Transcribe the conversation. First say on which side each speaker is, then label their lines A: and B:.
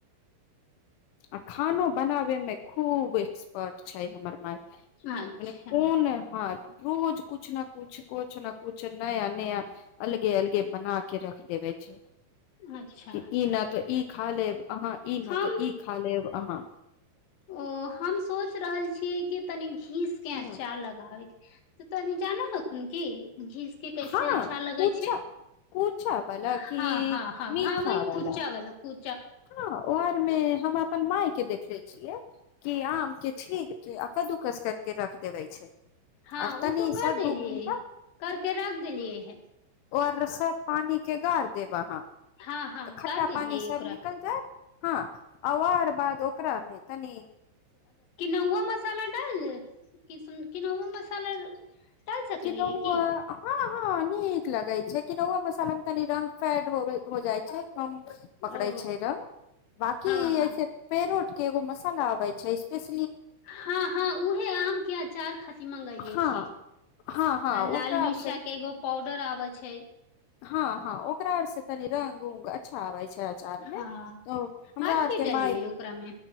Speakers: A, on the left (about 80°); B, on the left (about 55°).
A: आ खानो बनाबेमे खूब एक्सपर्ट छै हमर माय
B: अच्छा
A: माने कोन हँ रोज कुछ न कुछ कछ न कुछ नया नया अलगे अलगे बना के रख लेबै छै
B: अच्छा
A: की ई ना तो ई खा लेब अहाँ ई न
B: हम
A: तऽ ई खालेब अहाँ
B: ओ हम सोच रहल छियै कि तनि हीस के
A: हँ
B: अचार लगाबे तऽ तनि जनो हकीन कि घीस के कैसे
A: हँ
B: अच्छा लगे
A: कूचा
B: छै
A: कूचा वाला
B: हँ
A: कि
B: हँ हँ
A: मीठा
B: हँ वहि
A: वाला
B: कुच्चा वाल कु
A: हँ वरमे हम अपन माय के देखले छियै कि आम के छील के आ कदू कस कर के रख देवे छै
B: हँ
A: आर तनी
B: उ तो कर
A: सा
B: देलियैै
A: दू घंटा
B: करके रख देलियै है
A: आऔर रस्स पानी के गाार देब अहाँ
B: हँ हँ
A: तऽ खट्टा
B: कर देलियै
A: पानी
B: ओकरा
A: <unintelligible> हँ त ओकरा मे तनी
B: केनौआ मसाला डाइल दे कि केनौआ मसाला सकलियै
A: किनउआ
B: की
A: हँ हँ नीक लगै छै केनौआ मसाला मे तनी रंग फेड होबे हो जाय छै कम पकड़ै
B: ओ
A: छै रंग बकी
B: हँ हँ
A: ऐसे पेड़ो एगो मसाला आबै छै स्पेस
B: हँ हँ उहे आम के अचार खती मगैले
A: हँ
B: छियै
A: हँ हँ
B: आ लाल
A: ओकरा
B: मिर्चा
A: आर से
B: के एगो पाउ डर आबै छै
A: हँ हँ ओकरा आर सँ तनी रंग उंग अच्छा आबै छै अचार मे
B: हँ
A: त हमरा
B: आर
A: आरक
B: की डलियै
A: माय
B: ओकरा मे